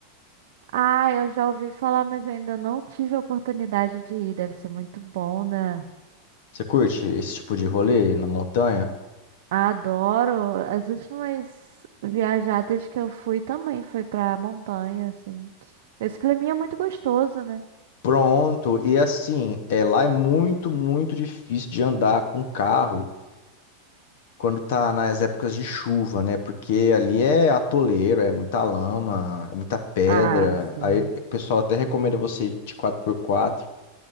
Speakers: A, on the right; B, on the left.
A: Ah, eu já ouvi falar, mas eu ainda não tive a oportunidade de ir. Deve ser muito bom, né?
B: Você curte esse tipo de rolê na montanha?
A: Adoro. As últimas viajadas que eu fui também foi pra montanha, assim. Esse climinha é muito gostoso, né?
B: Pronto, e assim, é, lá é muito, muito difícil de andar com carro quando tá nas épocas de chuva, né? Porque ali é atoleiro, é muita lama, é muita pedra.
A: Ah, sim.
B: Aí o pessoal até recomenda você ir de quatro por quatro